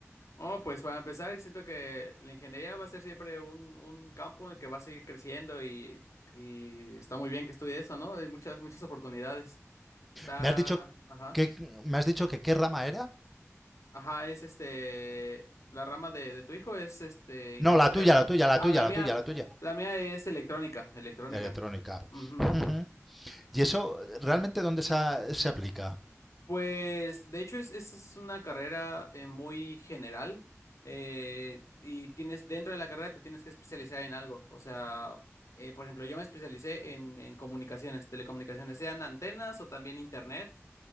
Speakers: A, on the left (about 90°); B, in the centre.
A: Oh, pues para empezar, siento que la ingeniería va a ser siempre un, un campo en el que va a seguir creciendo y, y está muy bien que estudie eso, ¿no? Hay muchas, muchas oportunidades. Está,
B: ¿Me has dicho
A: ajá.
B: que, me has dicho que qué rama era?
A: Ajá, es este, la rama de, de tu hijo es este,
B: No,
A: industrial,
B: la tuya,
A: ¿no?
B: la tuya, la
A: Ah,
B: tuya,
A: la
B: la
A: mía,
B: tuya, la tuya.
A: la mía es electrónica, electrónica.
B: Electrónica.
A: Ujú.
B: Ujú. ¿Y eso realmente dónde se, a- se aplica?
A: Pues, de hecho, es, es es una carrera eh, muy general eh, y tienes, dentro de la carrera te tienes que especializar en algo. O sea, eh, por ejemplo, yo me especialicé en, en comunicaciones, telecomunicaciones, sean antenas o también internet.